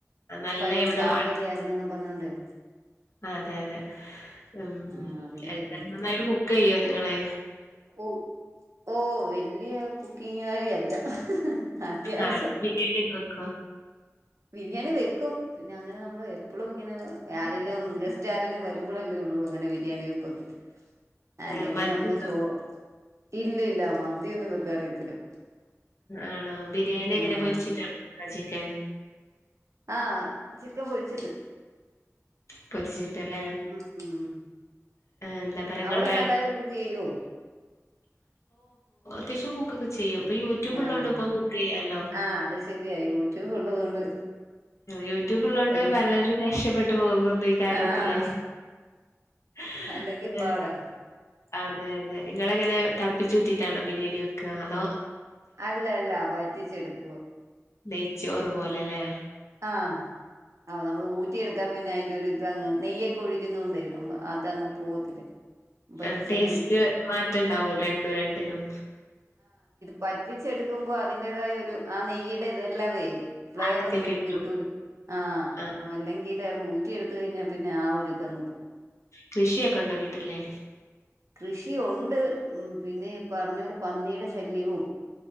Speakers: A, on the left; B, on the right.
A: നല്ല
B: ഭയങ്കര
A: എവിടെയോ
B: ചാകരയായിരുന്നെന്നും പറഞ്ഞോണ്ടേ
A: അതെ അതെ മ്മ്
B: ആ അതിന്റെ
A: എന്ത
B: ആയിരിക്കും
A: നന്നായിട്ട് കുക്ക് ചെയ്യോ നിങ്ങളെ
B: ഓ ഓ വല്യ കുക്കിങ്ങാറിയല്ല അത്യാവശ്യം
A: ആഹ് ബിരിയാണിയൊക്കെ വെക്കോ
B: യാണി വെക്കും പിന്നെ അങ്ങനെ നമ്മൾ എപ്പോഴും ഇങ്ങനെ ആരെല്ലും ഗസ്റ്റ് ആരെല്ലും വരുമ്പോഴല്ലേ ഉള്ളൂ അങ്ങനെ ബരിയാണി വപ്പൊക്ക് അല്ലെങ്കിൽ
A: ഏഹ് മന്തിയൊക്കെ
B: നമ്മള് ചോറും ഇല്ല ഇല്ല മന്തിയൊന്നും വെക്കാ അറിയത്തില്ല
A: ആണോ ബിരിയാണി എങ്ങനെ
B: ആഹ്
A: പൊരിച്ചിട്ടാാണ് ബട്ട ചിക്കൻ
B: ആ ചിക്കൻ പൊഴിച്ചിട്ട്
A: പൊരിച്ചിട്ടല്ലേ
B: ഉം ഉം
A: എന്താ പറയാ നിങ്ങള്
B: അവിടെ നല്ലായിട്ട് കുക്ക് ചെയ്യോ
A: <unintelligible> <unintelligible> യ്യും ഇപ്പൊ യൂട്യൂബ
B: ആഹ്
A: ഉള്ളോണ്ട്പ്പ കുക്ക് ചെയ്യാലോ
B: ആഹ് അത് ശരിയാ യൂട്യൂബ് ഉള്ളത് കൊണ്ട്
A: യൂട്യൂബുള്ളോണ്ട്
B: എല്ല
A: പലരും രക്ഷപ്പെട്ടു പോകുന്നു ഈ കാര്യത്തില്
B: ആഹ്
A: <unintelligible>
B: അല്ലെങ്കി പാടാ
A: ആ അതെ അതെ <unintelligible> നിങ്ങളെങ്ങനെ തളപ്പിച്ചു വിറ്റിട്ടാണോ ബിരിയാണി ഒക്കെ അതോ
B: അല്ല അല്ല പറ്റിച്ചെടുക്കുവ
A: ദയിച്ചോറ് പോലെല്ലേ
B: ആ ആ നമ്മള് ഊറ്റി എടുത്താ പിന്നെ അ <unintelligible> ഇതങ്ങ് നെയ്യൊക്കെ ഒഴിക്കുന്ന കൊണ്ടേ ന അതങ്ങ് പോവത്തില്ല വറ്റിച്ചങ്ങ്
A: ആ ടേസ്റ്റ്
B: എടുക്കും
A: മാറ്റുണ്ടാവ രണ്ടും രണ്ടിനും
B: പറ്റിച്ചെടുക്കുമ്പോൾ അതിന്റേതായ ഒരു ആ നെയ്യുടെ ഇതെല്ലാ ഫ്ലേവർ
A: അതൊക്കെ
B: നമുക്ക്
A: കിട്ടും
B: ത് കിട്ടൂല ആഹ
A: ആ
B: അല്ലെങ്കിൽ അത് ഊറ്റിയ എടുത്ത കഴിഞ്ഞാൽ പിന്നെ ആ ഒരുരിതങ്ങ് പോകവും
A: കൃഷിയെ കണ്ടോ വീട്ടല്ലേ
B: കൃഷിയ ഉണ്ട് ഉ പിന്നെ പറഞ്ഞൊരു പന്നിയുടെ ശല്യവും